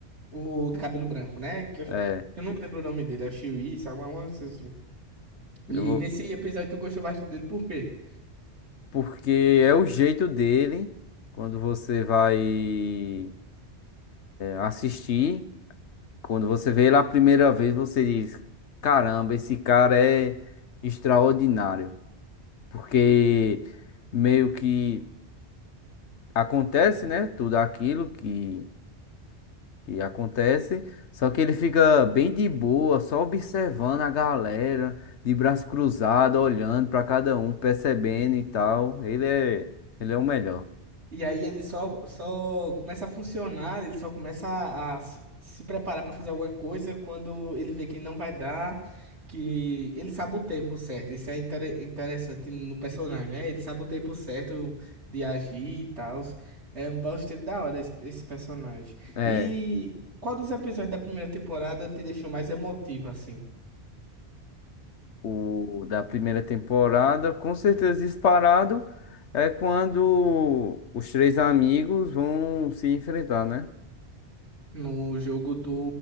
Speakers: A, on the right; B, on the left.
A: O de cabelo branco, né? Que eu,
B: É,
A: eu não lembro o nome dele, é o Chiwi, sabe? Uma, uma, assim.
B: eu
A: E
B: vou,
A: nesse episódio tu gostou bastante dele, por quê?
B: porque é o jeito dele quando você vai. assistir. Quando você vê ele a primeira vez, você diz: Caramba, esse cara é extraordinário. Porque meio que acontece, né? Tudo aquilo que, que acontece. Só que ele fica bem de boa, só observando a galera, de braço cruzado, olhando para cada um, percebendo e tal. Ele é, ele é o melhor.
A: E aí ele só, só começa a funcionar, ele só começa a, a se, se preparar pra fazer alguma coisa quando ele vê que não vai dar, que ele sabe o tempo certo. Isso é intere- interessante no personagem, né? Ele sabe o tempo certo de agir e tal. É bastante da hora esse, esse personagem.
B: é
A: E qual dos episódios da primeira temporada te deixou mais emotivo, assim?
B: o da primeira temporada, com certeza disparado, é quando os três amigos vão se enfrentar, né?
A: No jogo do